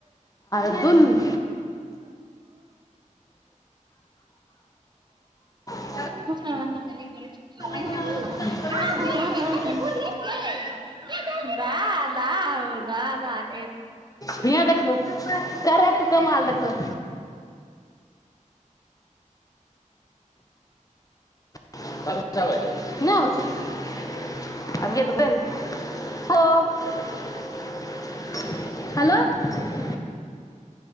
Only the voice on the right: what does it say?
पुछा
दा
दा
हो दादा दादा